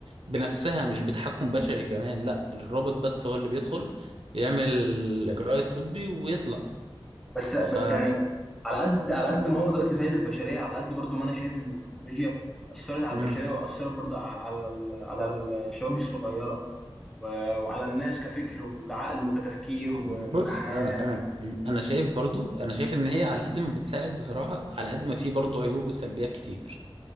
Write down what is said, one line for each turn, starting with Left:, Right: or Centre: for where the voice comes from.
Right: بنفسها مش بتحكم بشري كمان لا الروبوت بس هو اللي بيدخل يعمل الإجراء الطبي ويطلع
Centre: بس
Right: ف
Centre: بس يعني على قد على قد ما هو دلوقتي فايد البشرية على قد برضو ما انا شايف ان التكنولوجيا أثرت على
Right: مم.
Centre: البشرية وأثرت برضو على على ال- على الشباب الصغيرة و- وعلى الناس كفكر وكعقل وكتفكير و-
Right: بص
Centre: وكحياة
Right: انا انا انا شايف برضو انا شايف ان هي على قد ما بتساعد بصراحه على قد ما في برضو عيوب وسلبيات كتير